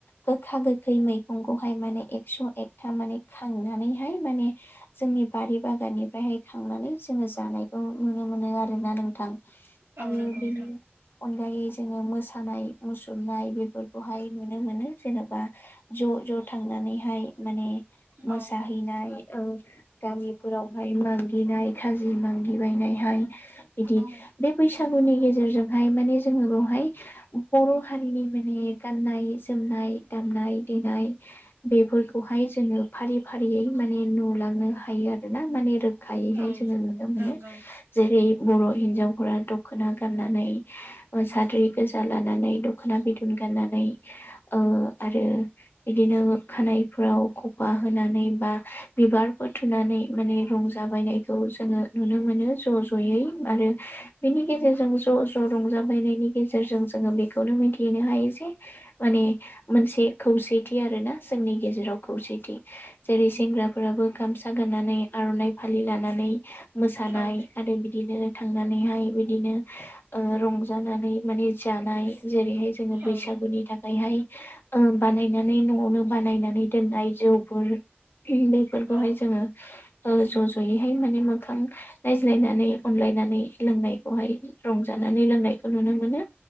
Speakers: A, on the left; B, on the right.
A: गोखा गोखै मैगंखौहाय माने एकस' एकथा माने खांनानैहाय माने जोंनि बारि बागाननिफ्रायहाय खांनानै जोङो जानायखौ नुनो मोनो। मोनो आरोना नोंथां
B: औ
A: आरो
B: नंगौ
A: बेनि
B: नोंथां
A: अनगायै जोङो मोसानाय मुसुरनाय बेफोरखौहाय नुनो मोनो जेन'बा ज' ज' थांनानैहाय माने
B: औ
A: मोसाहैनाय गामिफोरावहाय मागिनाय खाजि मागिबायनायहाय बिदि
B: औ
A: बे बैसागुनि गेजेरजोंहाय माने जोङो बेवहाय बर' हारिनि माने गाननाय जोमनाय दामनाय देनाय बेफोरखौहाय जोङो फारि फारियै माने नुलांनो हायो आरोना माने खायैहाय
B: औ
A: जोङो नुनो मोनो
B: नंगौ
A: जेरै बर' हिन्जावफोरा दख'ना गाननानै साद्रि गोजाला नानै दखना बिदन गाननानै ओ आरो बिदिनो खानायफ्राव खफा होनानै बा बिबारफोर थुनानै माने रंजा बायनायखौ जोङो नुनो मोन मोनो ज' ज'यै आरो बिनि गेजेरजों ज' ज' रंजा बायनायनि गेजेरजों जोङो बेखौनो मिथिहनो हायो जे माने मोनसे खौसेथि आरोना जोंनि गेजेराव खौसे जेरै सेंग्राफोराबो गामसा गाननानै आर'नाइ फालि लानानै मोस मोसानाय
B: औ
A: आरो बिदिनो थांनानैहाय बिदिनो रंजानानै माने जानाय जेरैहाय जोङो बैसागुनि
B: औ
A: थाखाय ओमफ्रायहाय ओ बानायनानै न'आवनो बानायनानै दोननाय जौफोर बेफोरखौहाय
B: औ
A: जोङो ज' ज'यैहाय माने मोखां नायज्लायनानै अनलाय गायनानै लोंनायखौहाय रंजानानै लोंनायखौ नुनो मोनो।